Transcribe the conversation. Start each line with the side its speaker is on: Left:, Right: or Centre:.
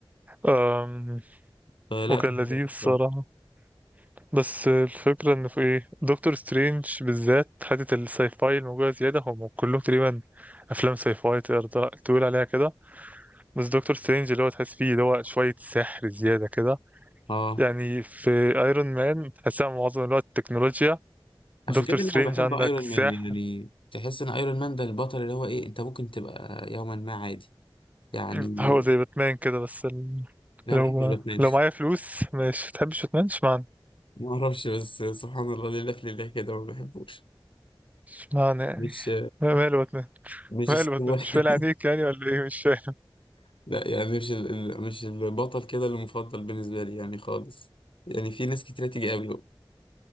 Right: أم،
Left: فلا
Right: وكان
Left: كان
Right: لذيذ
Left: جامد
Right: الصراحة
Left: بصراحة.
Right: بس الفكرة إن في إيه دكتور سترينج بالذات حتة الساي فاي الموجودة زيادة هم كلهم تقريبا أفلام ساي فاي تقدر تقول عليها كده بس دكتور سترينج اللي هو تحس فيه اللي هو شوية سحر زيادة كده
Left: اه
Right: يعني في أيرون مان تحسها معظم الوقت تكنولوجيا
Left: عشان
Right: دكتور
Left: كده
Right: سترينج
Left: انا بحب
Right: عندك
Left: ايرون
Right: سحر
Left: مان يعني تحس ان ايرون مان ده البطل اللي هو ايه انت ممكن تبقى يوما ما عادي يعني
Right: <laughs> هو زي باتمان كده بس ال...
Left: لا
Right: لو
Left: ما بحبش باتمان
Right: لو
Left: <laughs>
Right: معايا فلوس مش تحبش باتمان اشمعنى
Left: ما اعرفش بس سبحان الله لله في لله كده ما بحبوش
Right: اشمعنى يعني
Left: مش
Right: ما- ماله باتمان
Left: مش
Right: ماله
Left: السوبر
Right: باتمان مش فايل عليك يعني ولا ايه مش فاهم
Left: <laughs> لا يعني مش ال... ال- مش البطل كده المفضل بالنسبه لي يعني خالص يعني في ناس كتير تيجي قبله